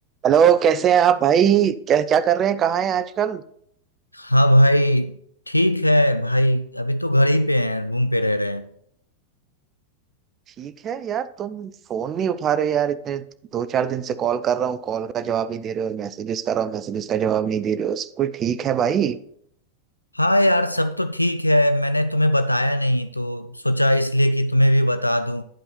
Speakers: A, on the right; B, on the left.
A: Hello कैसे हैं आप भाई क्या क्या कर रहे हैं कहाँ हैं आजकल
B: हाँ भाई ठीक है भाई अभी तो घर ही पे हैं रूम पे रह रहे हैं
A: ठीक है यार तुम फोन नहीं उठा रहे हो यार इतने दो चार दिन से कॉल कर रहा हूँ कॉल का जवाब नहीं दे रहे हो मैसेजेस कर रहा हूँ मैसेजेस का जवाब नहीं दे रहे हो कोई ठीक है भाई
B: हाँ यार सब तो ठीक है मैंने तुम्हें बताया नहीं तो सोचा इसलिए कि तुम्हें भी बता दूं